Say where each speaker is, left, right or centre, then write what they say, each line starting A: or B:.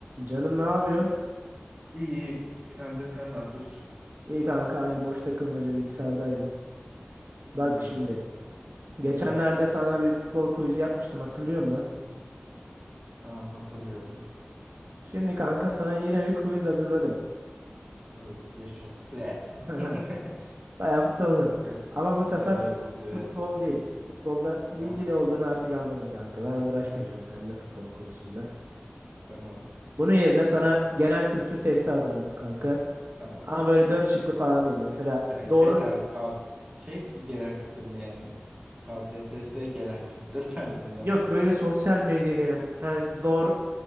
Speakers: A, on the right (about 65°); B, on the right (about 20°).
A: Canım ne yapıyorsun?
B: İyi kanka sen ne yapıyorsun?
A: İyi kanka aynı boş takılmaca bilgisayardaydım. Bak
B: İyi.
A: şimdi geçenlerde
B: Hı,
A: sana bir futbol quiz'i yapmıştım hatırlıyor musun?
B: tamam hatırlıyorum.
A: Şimdi kanka sana yine bir quiz hazırladım.
B: Evet yaşasın.
A: <laughs>
B: <laughs>
A: Bayağı mutlu oldum.
B: Severim.
A: Ama bu sefer
B: Seviyorum seviyorum.
A: futbol değil. Futbolda bilgili
B: Tamam
A: olduğunu artık anladım kanka. Ben uğraşmayacağım seninle futbol konusunda.
B: tamam
A: Bunun yerine sana genel kültür testi hazırladım kanka.
B: tamam.
A: Ama böyle dört şıklı falan değil. Mesela
B: Şey,
A: doğru
B: şey, tar K şey bir genel kültür mü yani? KPSS genel kültür tarzında
A: yok
B: mı?
A: böyle sosyal medya genel kültür. Hani doğru